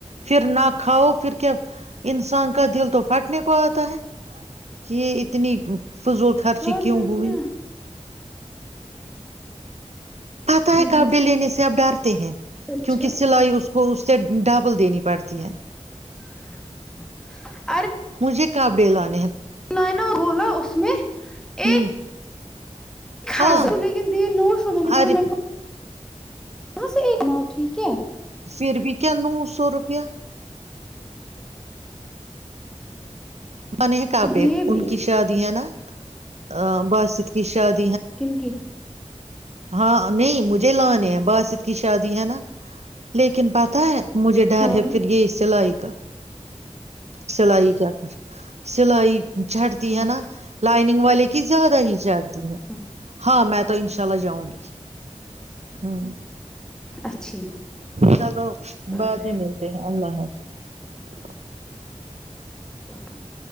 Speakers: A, on the right (about 60°); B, in the centre.
A: پھر نہ کھاؤ پھر کیا انسان کا دل تو پھاٹنے کو آتا ہے کہ اتنی فضول خرچی
B: ورنہ
A: کیوں ہووی
B: کیا
A: آ تو ہییک
B: نہیں
A: آپ ڈل ن پ ڈر ہیں
B: سچ
A: کیونکہ
B: ہے
A: سلائی اس کو اس سے ڈبل دینی پڑتی ہے
B: <inaudible>
A: مجھے کاب ڈی لانی
B: لائن بولا اس میں ایک
A: ہوں
B: ک
A: ہاں
B: لیکن دی نو سو میں نے بولو
A: ارے
B: میں یہاں سے ایک ماؤ ٹھیک ہے
A: پھر بھی کیا نو سو روپیہ
B: <inaudible>
A: ن کابے
B: تو دیے
A: ان
B: بھی
A: کی شادی ہیں نا ا باسد کی شاہاد
B: کنک
A: ہاں نہیں مجھے لانے ہیں باسط کی شادی ہے نا لیکن پ پتا ہے مجھے ڈر
B: ہاں
A: ہے پھر یہ سلائی کا سلائی کیا کر سلائی چڑتی
B: ہاں
A: ہے نا لائننگ والے کی زیادہ ہی چڑھتی ہے
B: ہاں
A: ہاں میں تو ان شاء اللہ جاؤں گی <inaudible> ہاں
B: اچھی
A: چلو
B: بات
A: بض
B: ہے
A: ہی ملتے ہیں اللہ حافظ
B: اللہ حافظ